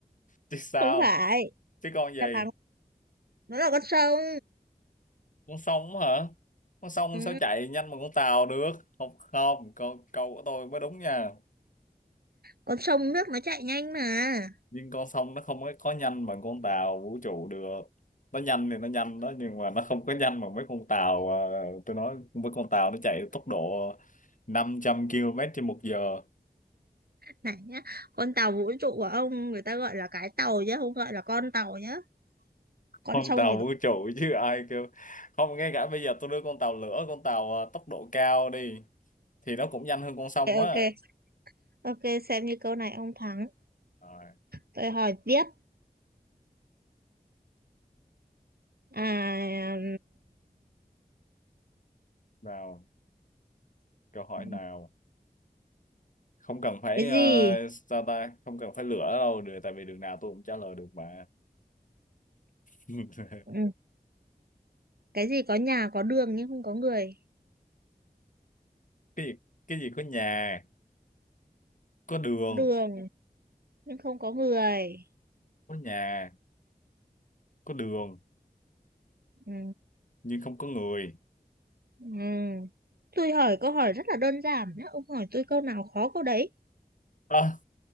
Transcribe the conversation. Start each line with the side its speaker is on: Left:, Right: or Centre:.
Left: chứ sao
Right: Không phải,
Left: chứ con gì
Right: đáp án nó là con sông.
Left: con sông hả con sông
Right: Ừ,
Left: sao chạy nhanh bằng con tàu được không không câu câu của tôi mới đúng nha
Right: con sông nước nó chạy nhanh mà.
Left: nhưng con sông nó không có có nhanh bằng con tàu vũ trụ được nó nhanh thì nó nhanh đó nhưng mà nó không có nhanh bằng mấy con tàu à, tôi nói mấy con tàu nó chạy tốc độ 500 km trên một giờ
Right: Này nhá, con tàu vũ trụ của ông người ta gọi là cái tàu chứ không gọi là con tàu nhá. Con
Left: con
Right: sông
Left: tàu
Right: thì
Left: vũ trụ chứ ai kêu không ngay cả bây giờ tôi đưa con tàu lửa con tàu à, tốc độ cao đi thì nó cũng nhanh hơn con sông
Right: ok
Left: á
Right: ok, ok xem như câu này ông thắng.
Left: rồi
Right: Tôi hỏi tiếp. À
Left: nào câu hỏi
Right: ừm,
Left: nào không cần phải
Right: cái
Left: ờ,
Right: gì?
Left: sao ta không cần phải lửa đâu được tại vì đường nào tôi cũng trả lời được mà <laughs>
Right: Ừ, cái gì có nhà có đường nhưng không có người?
Left: cái gì cái gì có nhà có đường
Right: Đường nhưng không có người.
Left: có nhà có đường
Right: Ừ.
Left: nhưng không có người
Right: Ừm, Tôi hỏi câu hỏi rất là đơn giản nhá. Ông hỏi tôi câu nào khó câu đấy.
Left: à,